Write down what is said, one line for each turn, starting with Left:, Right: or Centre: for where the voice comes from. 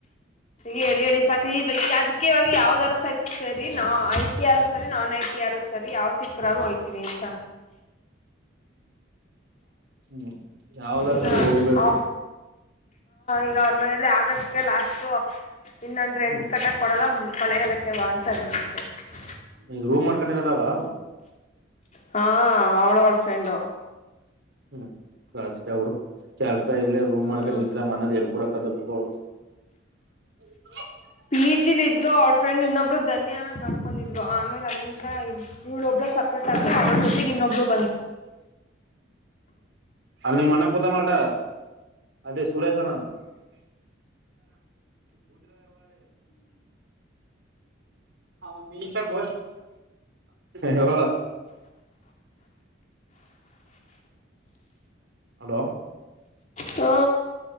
Left: ಹೇಳಿ ಹೇಳಿ ಸಾಕಾಗಿದೆ ಯ ಅದಿಕೆವಾಗಿ ಯಾವ್ದಾದಾರ ಸಕ್ ಸರಿ ನಾ ಐಟ ಆರ್ ಸರಿ ನಾನ್ ಐಟಿರ್ ಸರಿ ಯಾವ್ ಸಿಕ್ಕರರು ಹೋಗ್ತೀನಿ. <inaudible>
Right: ಹ್ಮ್ ಯಾವ್ದಾರ
Left: ಈಗ
Right: ಸರಿ ಹೋಗ್ಬೇಕು
Left: ಹಾ ಈಗ ಮನೇಲಿ ಆಗಸ್ಟ್ಗೆ ಲಾಸ್ಟ್ ಇನ್ನಂದು ರೆಂಟ್
Right: ಹ್ಮ್
Left: ಕಟ್ಟ ಕೊಡಲ್ಲ ಮು <unintelligible>
Right: ಈಗ ರೂಮ್ ಮಾಡ್ಕೊಂಡ ಇರದಾವ.
Left: ಹಾ ಅವ್ಳು ಅವಳ್ ಫ್ರೆಂಡು.
Right: ಹ್ಮ್ ಕಷ್ಟ ಬಿಡು ಕೆಲ್ಸ ಇಲ್ಲೇ ರೂಮ್
Left: ಹ್ಞೂ
Right: ಮಾಡ್ಕೊಂಡಿದ್ರ ಮನದ ಎಲ್ ಕುೂಡಕದ ಅವ್ರು. <inaudible>
Left: ಪಿ ಜಿಲಿ ಇದ್ಲು ಅವ್ರ ಫ್ರೆಂಡ್ ಇನ್ನೊಬ್ರು ಧನ್ಯ ಮಾಡ್ಕೊಂಡಿದ್ಲು ಆಮೇಲೆ. ಅಲ್ಲಿಂದ ಇವಳೊಬ್ಳ ಸಪ್ರೇಟ್ ಆಗಿ ಅವ್ರ ಜೊತೆ ಇನ್ನೊಬ್ಬಳ.
Right: ಅಲ್ಲಿ ನಿಮ್ಮ ಅಣ್ಣಾ ಕೂತಾನೋಡ ಅಲ್ಲಿ. <unintelligible> ಹ ಮ ಸ ಬ ಹ. ಹಲೋ.
Left: ಹ.